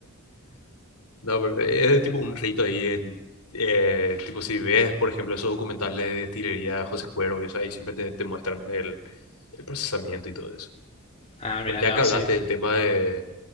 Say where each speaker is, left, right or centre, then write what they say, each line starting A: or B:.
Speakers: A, on the left; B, on the left.
A: No, pero es tipo un rito ahí en. eh, tipo, si ves, por ejemplo, esos documentales de destilería de José Cuervo, y eso, ahí siempre te, te muestran el, el procesamiento y todo eso.
B: Ah, mira,
A: Pero ya
B: no,
A: que hablaste
B: sí.
A: del tema de